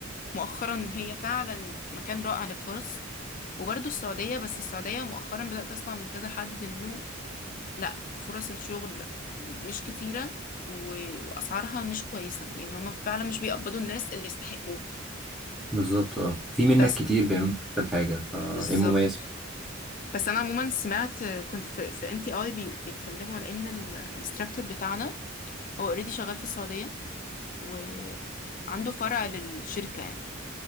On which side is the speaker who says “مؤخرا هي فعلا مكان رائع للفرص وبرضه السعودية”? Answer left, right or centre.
Left